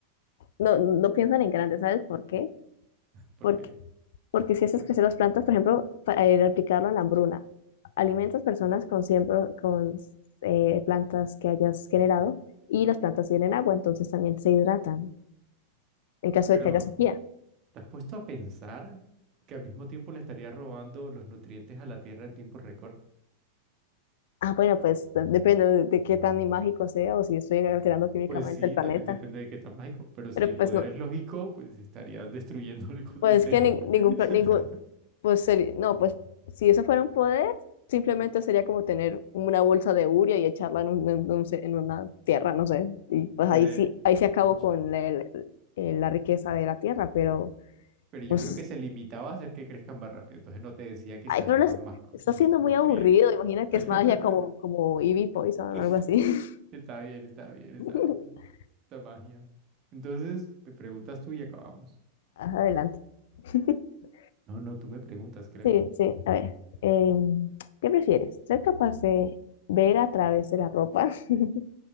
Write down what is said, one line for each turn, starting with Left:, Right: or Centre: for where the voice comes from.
Left: no, no piensan en grande, ¿sabes por qué?
Right: porque,
Left: Porque Porque si haces
Right: pues,
Left: crecer las plantas, por ejemplo, para eh, replicarlo en la hambruna, alimentas personas con, siempre, con eh, plantas que hayas generado y las plantas tienen agua, entonces también se hidratan en caso
Right: pero
Left: de que haya sequía.
Right: ¿Te has puesto a pensar que al mismo tiempo le estaría robando los nutrientes a la Tierra en tiempo récord?
Left: Ah, bueno, pues de- depende de, de qué tan mágico sea o si estoy alterando químicamente
Right: Pues sí,
Left: el planeta.
Right: también depende de qué tan mágico. Pero si
Left: Pero
Right: el
Left: pues
Right: poder
Left: no,
Right: es lógico, pues estarías <laughs> destruyendo el ecosistema.
Left: pues que ni- ningún,
Right: <laughs>
Left: pla- ningún, Pues seri- no, pues si eso fuera un poder, simplemente sería como tener una bolsa de urea y echarla en, un- en un- en una tierra, no sé. Y pues
Right: Pero,
Left: ahí
Right: eh,
Left: sí, ahí se acabó
Right: y-
Left: con la, el- el- la riqueza de la tierra, pero
Right: pero yo
Left: pues,
Right: creo que se limitaba a hacer que crezcan más rápido. Entonces no te decía que
Left: ay,
Right: sacaban
Left: pero les-
Right: más, cu-
Left: está
Right: más
Left: siendo muy
Right: nutrientes.
Left: aburrido. Imagina
Right: ni nada.
Left: que es magia como, como Eevee Poison
Right: <laughs>
Left: o algo así.
Right: Está bien, está bien, está
Left: <laughs>
Right: bien. Esta magia. Entonces, me preguntas tú y acabamos.
Left: Ajá, Adelante. <laughs>
Right: No, no, tú me preguntas, creo.
Left: Sí, sí, a ver. em, ¿qué prefieres? ¿Ser capaz de ver a través de la ropa <laughs>